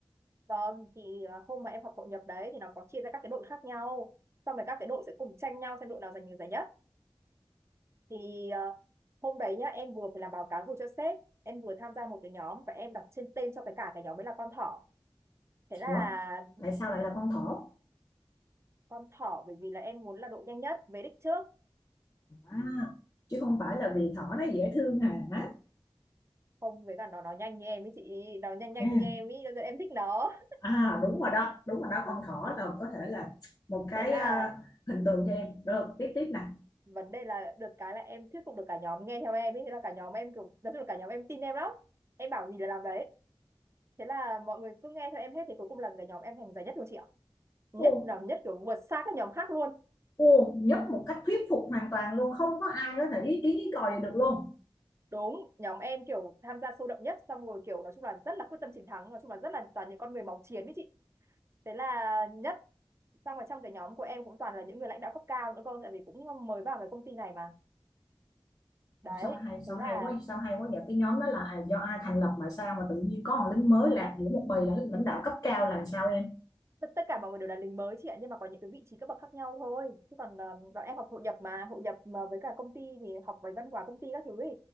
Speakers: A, on the right; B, on the left.
A: vâng thì ờ, hôm mà em học hội nhập đấy thì nó có chia ra các cái đội khác nhau xong rồi các cái đội sẽ cùng tranh nhau xem đội nào giành được giải nhất thì ờ, hôm đấy nhá em vừa phải làm báo cáo gửi cho sếp em vừa tham gia một cái nhóm và em đặt trên tên cho cái cả cái nhóm ấy là con thỏ thế là
B: ủa tại sao lại là con thỏ
A: con thỏ bởi vì là em muốn là độ nhanh nhất về đích trước
B: à, chứ không phải là vì thỏ nó dễ thương hả
A: không với cả nó nó nhanh như em ấy chị nó nhanh nhanh
B: à,
A: như em ấy cho nên em thích nó
B: à đúng rồi đó đúng rồi đó con thỏ là có thể là một cái
A: thế là
B: à, hình tượng cho em rồi tiếp tiếp nè
A: vấn đề là được cái là em thuyết phục được cả nhóm nghe theo em ấy thế là cả nhóm em kiểu nói chung là cả nhóm em tin em lắm em bảo gì là làm đấy thế là mọi người cứ nghe theo em hết thì cuối cùng là cả nhóm em thành giải nhất luôn chị ạ nhất
B: ô
A: là nhất kiểu vượt xa các nhóm khác luôn
B: ô nhất một cách thuyết phục hoàn toàn luôn không có ai có thể ý kiến ý còi gì được luôn
A: đúng nhóm em kiểu tham gia sôi động nhất xong rồi kiểu nói chung là rất là quyết tâm chiến thắng nói chung là rất là toàn những con người máu chiến ấy chị thế là nhất xong rồi trong cái nhóm của em cũng toàn là những người lãnh đạo cấp cao nữa cơ tại vì cũng mới vào cái công ty này mà đấy
B: sao hay
A: thế
B: sao hay
A: là
B: quá sao hay quá vậy cái nhóm đó là do ai thành lập mà sao mà tự nhiên có một lính mới lạc giữa một bầy lãnh lãnh đạo cấp cao là sao em
A: tất tất cả mọi người đều là lính mới chị ạ nhưng mà có những cái vị trí cấp bậc khác nhau thôi chứ còn ờ, bọn em học hội nhập mà hội nhập mà với cả công ty thì học về văn hóa công ty các thứ ý